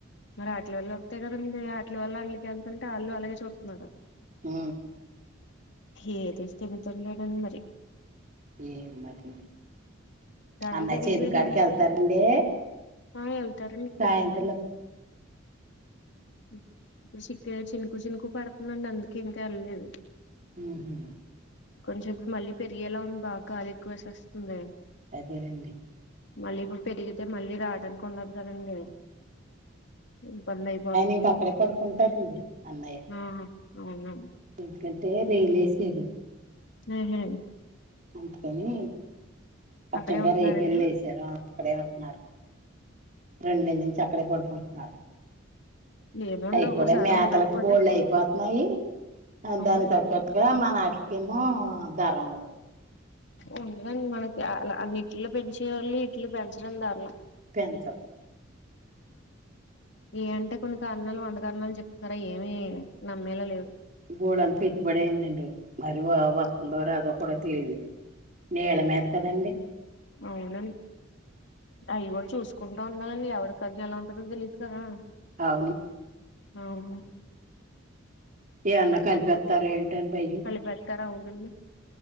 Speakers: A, on the left; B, on the right.
A: మరి ఆటిల వల్ల వత్తాయి కదండి ఆటిల వల్ల ఆట్లీకి వెళ్తుంటే వాళ్ళు అలాగే చూతున్నారు
B: ఊ
A: ఏది స్థిమితం లేదండి మరి
B: ఏ మరింది
A: ధరలు
B: అన్నయ్య
A: పెరిగిపోయినాయి
B: చేరుకాడికి వెళ్తారండి
A: ఆ వెళ్తారండి ఇప్పుడు
B: సాయంత్రంలో
A: ఉ ఇప్పుడు చికు చినుకు చినుకు పడుతుందండి అందుకే ఇంకా వెళ్ళలేదు
B: ఊహు
A: కొంచెం ఇప్పుడు మళ్ళీ పెరిగేలా ఉంది బా గాలి ఎక్కువ వేసేస్తుంది
B: అదేనండి
A: మళ్ళీ ఇప్పు పెరిగితే మళ్ళీ రావడానికి ఉండదు కదండి ఇబ్బంది అయిపో
B: ఇంకక్కడే పడుకుంటారండి అన్నయ్య
A: ఆ అవున
B: ఎందుకంటే రైలేసారు
A: ఊహు
B: అందుకని అచ్చంగారు
A: అక్కడే ఉంటున్నారండి
B: ఏయి పెళ్ళి ఏసారు అక్కడే ఉంటున్నారు రెండు నెల నుంచి అక్కడే పడుకుంటున్నారు
A: ఏముండవు
B: అయి కూడా
A: ఒకసారి
B: మేతలకు
A: ఉండకపోతే
B: బోళ్డు అయిపోతున్నాయి ఆ
A: అవును
B: దానికి తగ్గట్ ఏ మనాటిలకి ఏమో ధర ఉండదు
A: ఉండదండి మనకి అ అన్నిట్లో పెంచేవాళ్ళు ఇట్లు పెంచడం ధరలం
B: పెంచరు
A: ఏ అంటే కొన్ని కరన్నాలు వందకరణలు చెప్తానారూ అవి ఏమి నమ్మేలా లేవు
B: బోలెడంత పెట్టుబడి అయిందండి మరి వాగ వత్తుందో రాదో కూడా తెలీదు నీళ్ళ మీద కదండి
A: అవునండి అవి కూడా చూసుకుంటా ఉండాలండి ఎవడి కన్ను ఎలా ఉంటందో తెలియదు కదా
B: అవును
A: అవును
B: ఏ అన్నా కలిపేత్తారో ఏంటో అని భయం
A: పెడతారా అవునండి